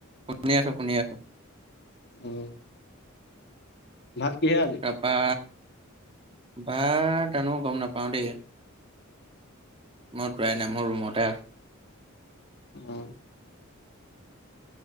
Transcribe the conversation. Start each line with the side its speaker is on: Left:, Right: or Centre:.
Right: শুনি আছোঁ, শুনি আছোঁ।
Left: উম। ভাত কিহে আজি
Right: তাপা বা জানোঁ, গম নাপাও, দেই। মই যোৱাই নাই। মোৰ ৰুমতে আছোঁ।
Left: উম।